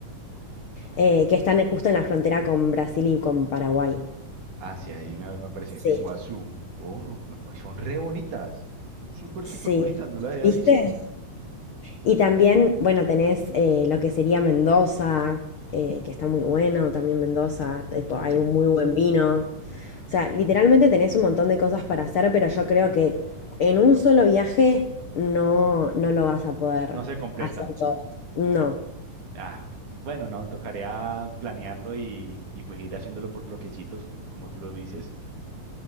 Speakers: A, on the left; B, on the right.
A: eh, que están eh, justo en la frontera con Brasil y con Paraguay.
B: Ah, sí, ahí me, me apareció
A: Sí,
B: Iguazú. Oh, no, no, y son re bonitas. son Súper,
A: sí.
B: súper bonitas, no las había
A: ¿Viste?
B: visto.
A: Y también, bueno, tenés eh, lo que sería Mendoza, eh, que está muy bueno, también Mendoza, eh, po-
B: Ok,
A: hay un muy buen vino. O sea, literalmente tenés un montón de cosas para hacer, pero yo creo que en un solo viaje no, no lo vas a poder
B: no se completa.
A: hacer todo. No,
B: Ah, bueno, no, tocaría planearlo y, y pues ir haciéndolo por bloquecitos, como tú lo dices.